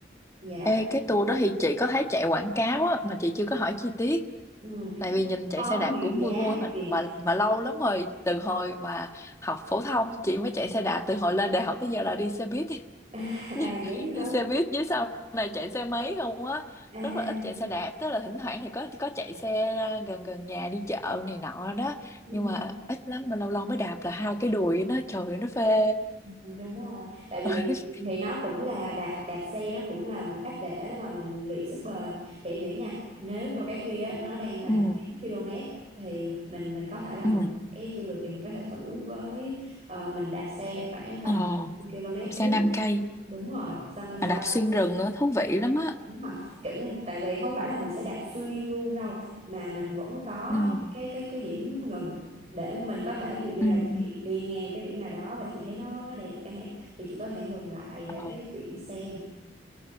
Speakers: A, on the right; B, on the left.
A: dạ
B: Ê, cái tour đó thì chị có thấy chạy quảng cáo á mà chị chưa có hỏi chi tiết
A: ừ.
B: tại vì nhìn chạy
A: có
B: xe đạp
A: nhiều
B: cũng
A: giá
B: vui vui
A: lắm
B: mà
A: chị
B: mà mà lâu lắm rồi từ hồi mà học phổ thông chị mới chạy xe đạp từ hồi lên đại học tới giờ là đi xe buýt
A: <laughs>
B: <laughs>
A: à vậy
B: đi
A: hả
B: xe buýt với sau này chạy xe máy không á
A: à
B: rất là
A: à
B: ít chạy xe đạp tức là thỉnh thoảng thì có có chạy xe ra gần gần nhà đi chợ này nọ đó
A: ừ.
B: nhưng mà ít lắm mà lâu lâu mới đạp là hai cái đùi nó trời ơi, nó phê
A: đúng rồi tại vì
B: <laughs>
A: thì nó cũng là đạp, đạp xe nó cũng là một cách để mà mình luyện sức bền để nghĩ nha nếu như mà cái kia á, nó đang là
B: ừ
A: 9 km thì mình mình có thể là mình
B: ừ
A: e chưa được thì mình có thể thử với ờ, mình đạp xe khoảng tầm
B: ờ
A: 5 km
B: đạp xe
A: trước
B: 5 cây
A: đúng rồi xong rồi
B: mà
A: sau
B: đạp xuyên rừng á thú vị lắm á
A: Đúng rồi. Kiểu, tại vì không phải là mình sẽ đạp xuyên luôn đâu mà mình vẫn có
B: ừ
A: những cái cái cái điểm ngừng để mình có thể ví dụ như
B: ừ
A: là chị
B: ừ
A: đi ngang cái điểm nào đó và chị thấy nó nó đẹp chẳng hạn thì chị có thể ngừng lại
B: ờ
A: để chị xem